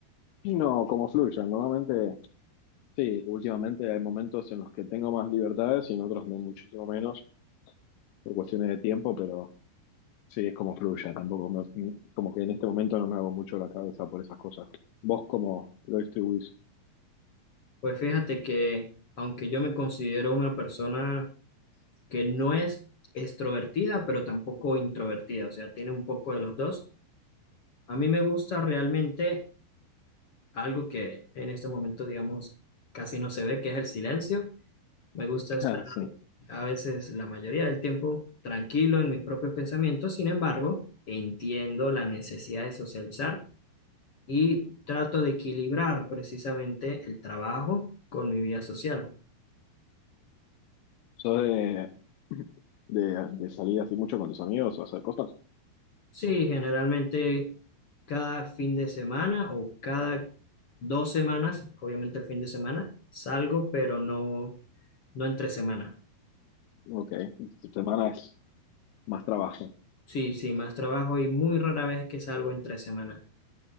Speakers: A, on the left; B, on the left.
A: Y no, como fluya. Normalmente, sí, últimamente hay momentos en los que tengo más libertades y en otros me- muchísimo menos por cuestiones de tiempo, pero sí, es como fluya. Tampoco me- como que en este momento no me hago mucho la cabeza por esas cosas. ¿Vos cómo lo distribuís?
B: Pues fíjate que, aunque yo me considero una persona que no es extrovertida, pero tampoco introvertida, o sea, tiene un poco de los dos A mí me gusta realmente algo que en este momento, digamos, casi no se ve, que es el silencio. Me gusta
A: <laughs>
B: estar
A: Ah, sí.
B: a veces la mayoría del tiempo tranquilo en mis propios pensamientos. Sin embargo, entiendo la necesidad de socializar y trato de equilibrar precisamente el trabajo con mi vida social.
A: ¿Sos de, de, de salir así mucho con tus amigos o hacer cosas?
B: Sí, generalmente cada fin de semana o cada dos semanas, obviamente el fin de semana, salgo, pero no, no entre semana.
A: Ok, tu semana es más trabajo.
B: Sí, sí, más trabajo y muy rara vez que salgo en tres semanas.